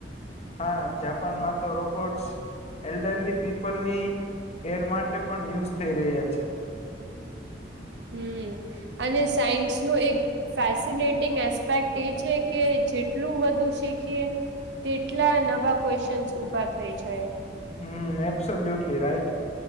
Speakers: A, on the left; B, on the right.
A: હા, જાપાનમાં તો રોબોટ્સ એલ્ડરલ્ડી પીપલની કેર માટે પણ યુઝ થઈ રહ્યા છે.
B: હમ્મ, અને સાયન્સનું એક ફેસિનેટિંગ એસ્પેક્ટ એ છે કે જેટલું વધુ શીખીએ તેટલા નવા ક્વેસચન્સ ઉભા થઈ જાય.
A: હમ્મ, એબ્સોલ્યુટલી રાઈટ